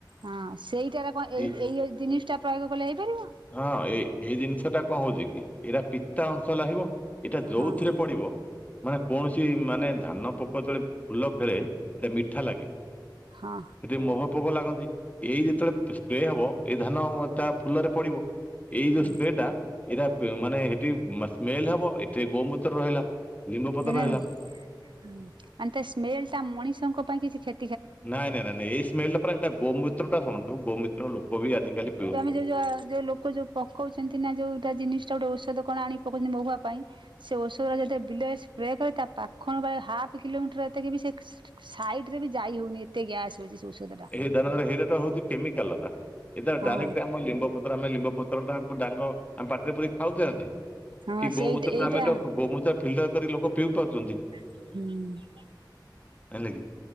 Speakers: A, on the right; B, on the left.
A: ହଁ ସେଇଟାରେ କଣ ଏଇ
B: ଏ
A: ଏଇ ଯୋଉ ଜିନିଷ ଟା ପ୍ରୟୋଗ କଲେ ହେଇପାରିବ?
B: ହଁ ଏଇ ଏଇ ଜିନିଷ ଟା କଣ ହଉଛି କି ଏଇଟା ପିତା ଅଂଶ ଲାହିବ। ଏଇଟା ଯୋଉଥିରେ
A: ହଁ
B: ପଡିବ ମାନେ କୌଣସି ମାନେ ଧାନ ପୋକ ତଳେ ଫୁଲ ଖେଳେ ଏଟା ମିଠା ଲାଗେ।
A: ହଁ
B: ଯଦି ମହୁଆ ପୋକ ଲାଗନ୍ତି, ଏଇ ଯେତେବେଳେ ସ୍ପ୍ରେ ହବ ଏଇ ଧାନ ତା ଫୁଲରେ ପଡିବ ଏଇ
A: ହଁ
B: ଯୋଉ ସ୍ପ୍ରେ ଟା ଏଇଟା ପେ-ମାନେ ହେବି ସ୍ମେଲ୍ ହବ, ଏଠି ଗୋମୁତ୍ର ରହିଲା। ଲିମ୍ବ ପତ୍ର
A: ନା ନା
B: ରହିଲା।
A: ହୁଁ, ମାନେ ତା ସ୍ମେଲ୍ ଟା ମଣିଷଙ୍କ ପାଇଁ କିଛି କ୍ଷ
B: ନାଇଁ ନାଇଁ ନାଇଁ ଏଇ ସ୍ମେଲ୍ ରେ ପରା ଏଟା ଗୋମୁତ୍ର ଟା ଶୁଣନ୍ତୁ ଗୋମିତ୍ର ଲୋକ ବି ଆଜିିକାଲିି ପିଉ
A: ଯେ ଯା ଯୋଉ ଲୋକ ଯୋଉ ପକଉଛନ୍ତି ନା, ଯୋଉଟା ଜିନିଷ ଟା ଗୋଟେ ଔଷଧ କଣ ଆଣି ପକଉଛନ୍ତି ମହୁଆ ପାଇଁ। ସେ ଔଷଧ ଯଦି ବିଲେ ସ୍ପ୍ରେ କରେ ତା ପାଖଣୁ ବେଳେ ହାପ୍ କିଲୋମିଟର ଏତକି ବି ସେ ସାଇଡ୍ ରେ ବି ଯାଇ ହଉନି ଏତେ ଗ୍ୟାସ୍ ହଉଛି ସେ ଔଷଧ ଟା।
B: <unintelligible> ହେଇଟା ତ ହଉଚି କେମିକାଲ ଟା ଏଟା
A: ହଁ
B: ଡାଇରେକ୍ଟ ଆମ ଲିମ୍ବପତ୍ର ଆମେ ଲିମ୍ବପତ୍ର ଟା ଆମକୁ ଡାଙ୍ଗ ଆମେ ପାଟିରେ ପୁରେଇ ଖାଉଚେ ନା ନାଇଁ
A: ହଁ
B: କି ଗୋମୁତ୍ର
A: ସେଇଟା ଏଇଟା
B: ରେ ଆମେ ତ ଗ-ଗୋମୁତ୍ର ଫିଲ୍ଟର୍ କରି ଲୋକ ପିଉ ପାରୁଚନ୍ତି।
A: ହୁଁ।
B: ହେଲା କିି?